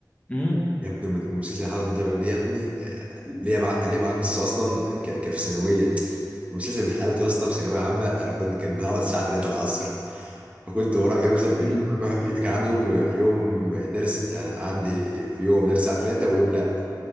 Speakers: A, on the left; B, on the right.
A: امم
B: يا ابني المد- المسلسل حضرة منتهى ابي ده يا ابني آه، ليا معاه ليا معاه قصة اصلا ك- ك- في ثانوية المسلسل من حلاوته يا اسطى في ثانوية عامة انا كنت كان بيتعرض الساعة 3 العصر فكنت بروح يوم س... يوم-
A: امم امم
B: كان عندي يوم يوم درس يعني عندي في يوم درس الساعه 3 ويوم لا